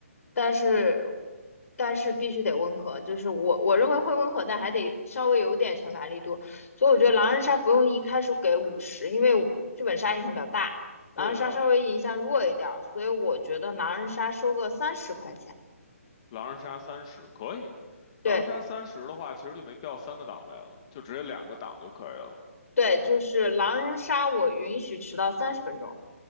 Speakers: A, on the left; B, on the left.
A: 但是但是必须得温和，就是我我认为会温和，但还得稍微有点惩罚力度。所以我觉得狼人杀不用一开始给五十，因为剧本杀影响比较大，狼人杀稍微影响弱一点儿，
B: 对的，
A: 所以我觉得狼人杀收个三十块钱。
B: 狼人杀三十可以，
A: 对
B: 狼人杀三十的话，其实就没必要三个档位了，就直接两个档就可以了。
A: 对，就是狼人杀我允许迟到三十分钟，